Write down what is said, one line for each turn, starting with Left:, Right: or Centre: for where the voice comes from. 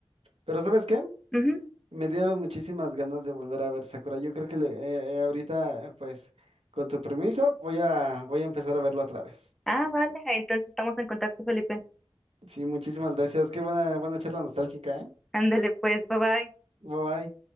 Right: Pero ¿sabes qué?
Centre: Ujú.
Right: Me dieron muchísimas ganas de volver a ver Sakura. Yo creo que le, eh, eh, ahorita, eh, pues, con tu permiso, voy a, voy a empezar a verlo otra vez.
Centre: Ah, vale, entonces estamos en contacto, Felipe.
Right: Sí, muchísimas gracias. Qué buena, buena charla nostálgica, ¿eh?
Centre: Ándale, pues, bye bye.
Right: Bye bye.